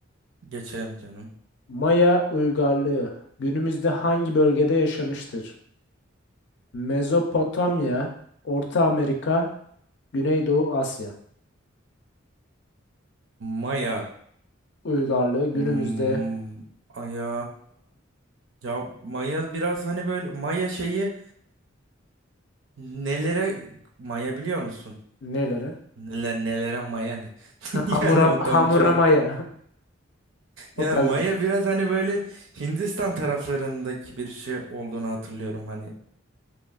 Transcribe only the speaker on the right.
Geçelim canım.
Maya.
Hmm, Aya. Ya Maya biraz hani böyle Maya şeyi nelere Maya biliyor musun?
Neler nelere Maya ne? <laughs>
Yani o tam
ça-
Ya
Maya biraz hani böyle Hindistan taraflarındaki bir şey olduğunu hatırlıyorum. Hani